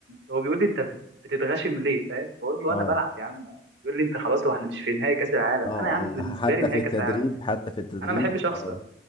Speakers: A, on the right; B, on the left.
A: هو بيقول لي انت بت- بتتغشم ليه فاهم بقول له
B: اه
A: انا بلعب يا عم بيقول لي انت خلاص هو احنا مش في نهائي كاس العالم
B: اه
A: انا يا عم بالنسبه
B: اه حتى
A: لي نهائي
B: في التدريب
A: كاس العالم
B: حتى في التدريب
A: انا ما بحبش اخسر
B: اه